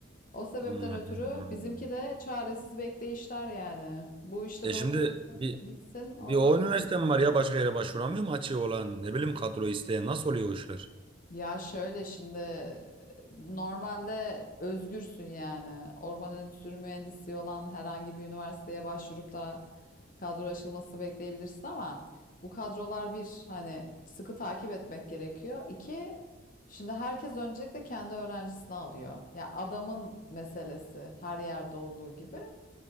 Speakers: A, on the left; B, on the right.
A: O sebepten
B: Allah'ım.
A: ötürü bizimki de çaresiz bekleyişler yani. Bu işte
B: E
A: doktorası
B: şimdi bir,
A: bitsin ondan
B: bir o üniversite
A: sonra.
B: mi var ya başka yere başvuramıyor mu açığı olan ne bileyim kadro isteyen nasıl oluyor o işler?
A: Ya şöyle şimdi normalde özgürsün yani. Orman Endüstri Mühendisliği olan herhangi bir üniversiteye başvurup da kadro açılması bekleyebilirsin ama bu kadrolar bir hani sıkı takip etmek gerekiyor. İki şimdi herkes öncelikle kendi öğrencisini alıyor. Ya adamın meselesi her yerde olduğu gibi.